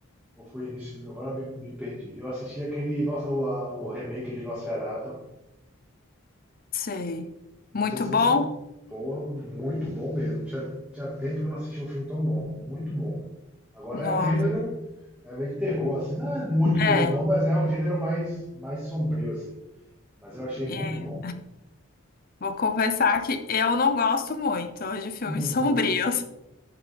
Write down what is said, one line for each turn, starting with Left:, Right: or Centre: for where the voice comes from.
Centre: Ou foi início do, agora eu me, me perdi. Eu assisti aquele nosso, o, a- o remake de Nosferatu.
Left: Sei.
Centre: Não
Left: Muito
Centre: sei se você.
Left: bom?
Centre: Pô, muito bom mesmo. Tinha, tinha tempo que eu não assistia um filme tão bom. Muito bom. Agora
Left: Nossa.
Centre: é um gênero é meio de terror, assim. Não é muito
Left: É,
Centre: terror, não, mas é um gênero mais, mais sombrio, assim. Mas eu achei
Left: é,
Centre: muito bom.
Left: vou confessar que eu não gosto muito de filmes
Centre: Uhum.
Left: <laughs> sombrios.